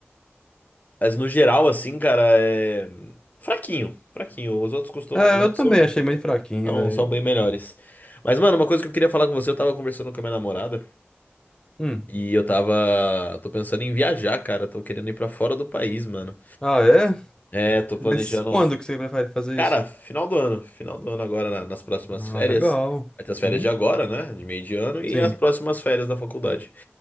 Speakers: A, on the left; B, on the left.
A: Mas no geral, assim, cara, é. Fraquinho, fraquinho. Os outros costumam.
B: É,
A: Os outros
B: eu também
A: são.
B: achei meio fraquinho,
A: Não,
B: velho.
A: são bem melhores. Mas, mano, uma coisa que eu queria falar com você, eu tava conversando com a minha namorada
B: Hum.
A: e eu tava. Tô pensando em viajar, cara. Tô querendo ir pra fora do país, mano.
B: Ah, é?
A: É, tô planejando.
B: Mas quando que você prefere fazer
A: Cara,
B: isso?
A: final do ano. Final do ano agora, na- nas próximas
B: Ah,
A: férias.
B: legal.
A: Vai ter as férias
B: Uhum.
A: de agora, né? De meio de ano e
B: Sim.
A: as próximas férias da faculdade.